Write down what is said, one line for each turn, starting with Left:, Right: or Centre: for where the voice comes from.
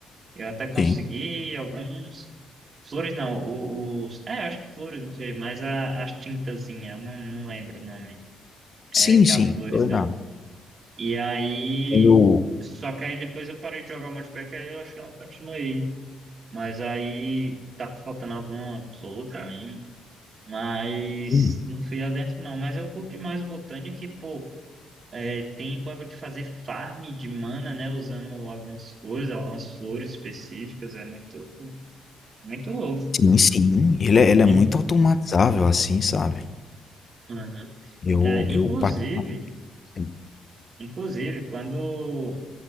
Right: Eu até consegui
Left: Sim.
Right: alguns Flores não, o- os. É, acho que flores, não sei, mas a, as tintazinhas, não, não lembro o nome, é,
Left: Sim,
Right: que
Left: sim.
Right: as flores
Left: Tornar.
Right: dão. E aí.
Left: Tem o
Right: Só que aí depois eu parei de jogar o multiplayer, que aí eu acho que eu não continuei. Mas aí tava faltando alguma pessoa também. Mas
Left: hum.
Right: não fui lá dentro não, mas eu curti mais o Botânia que, pô, é, tem bagulho de fazer farm de mana, né? Usando algumas coisas, algumas flores específicas, é muito, muito louco.
Left: Sim, sim. Ele é ele é
Right: In-
Left: muito automatizável, assim, sabe.
Right: Uhum.
Left: Eu
Right: É,
Left: eu
Right: inclusive,
Left: particular sim.
Right: inclusive, quando